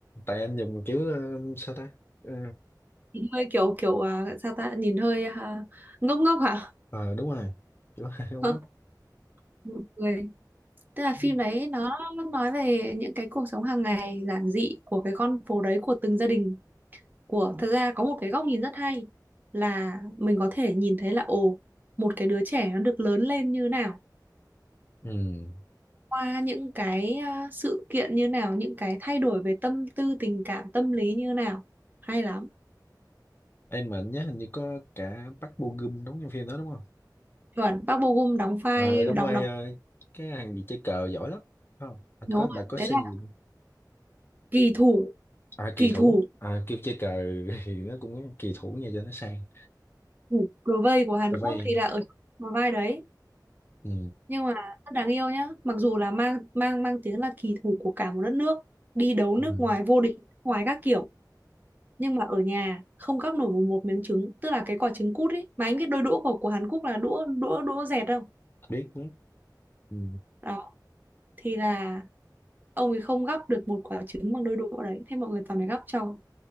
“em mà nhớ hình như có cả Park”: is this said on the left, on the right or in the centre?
Left